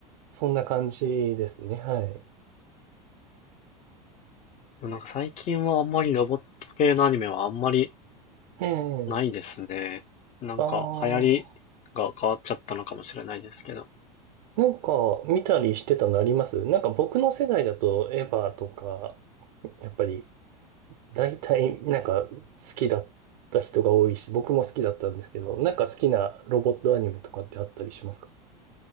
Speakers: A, on the right; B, on the left.
A: そんな感じですね。はい。
B: でもなんか最近はあんまりロボット系のアニメはあんまり
A: ええ。
B: ないですね。なんか流行りが変わっちゃったのかもしれないですけど。
A: ああ。なんか、見たりしてたのありますなんか僕の世代だと、エヴァとか、やっぱり、大体、なんか、好きだった人が多いし、僕も好きだったんですけど、なんか好きなロボットアニメとかってあったりしますか